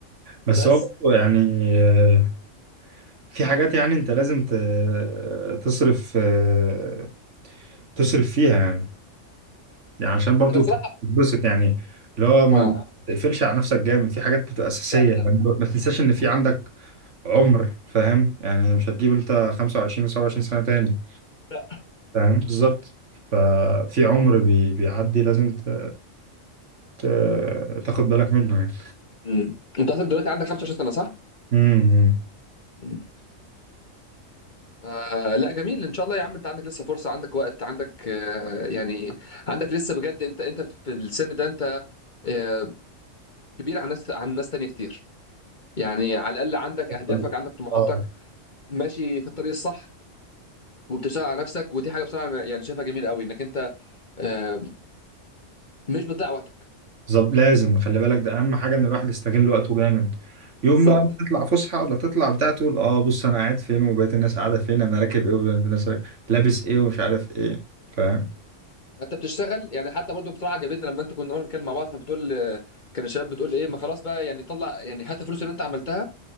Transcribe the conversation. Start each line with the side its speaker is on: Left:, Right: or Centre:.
Right: بس
Left: بس
Right: هو برضه يعني آه، في حاجات يعني انت لازم ت- تصرف آه، تصرف فيها يعني يعني عشان برضو
Left: انا بصراحه
Right: تتبسط يعني اللي هو ما
Left: اه
Right: ما تقفلش على نفسك جامد في حاجات بتبقى أساسية
Left: لا
Right: يعني
Left: لا
Right: ما تنساش إن في عندك عمر فاهم يعني مش هتجيب أنت 25 و27 سنة تاني
Left: لا
Right: فاهم بالظبط ففي عمر بي... بيعدي لازم ت... ت... تاخد بالك منه يعني
Left: مم. انت اصلا دلوقتي عندك 25 سنه صح؟
Right: امم
Left: مم. آه لا جميل ان شاء الله يا عم انت عندك لسه فرصه عندك وقت عندك آه يعني عندك لسه بجد انت انت في السن ده انت آه كبير عن ناس عن ناس تانيه كتير يعني على الاقل عندك اهدافك
Right: امم.
Left: عندك طموحاتك
Right: آه.
Left: ماشي في الطريق الصح وبتشتغل على نفسك ودي حاجه بصراحه أنا يعني شايفها جميله قوي انك انت آه، مش بتضيع وقتك
Right: بالظبط لازم خلي بالك ده اهم حاجه ان الواحد يستغل وقته جامد يوم
Left: بالظبط
Right: بقى ما تطلع فسحه ولا تطلع بتاع تقول اه بص انا قاعد فين وبقيت الناس قاعده فين انا راكب ايه وبقيت الناس راكب. لابس ايه ومش عارف ايه فاهم
Left: انت بتشتغل يعني حتى برضو بصراحه عجبتني لما انت كنا النهارده بنتكلم مع بعض فبتقول آه، كان الشباب بتقول ايه ما خلاص بقى يعني طلع يعني حتى الفلوس اللي انت عملتها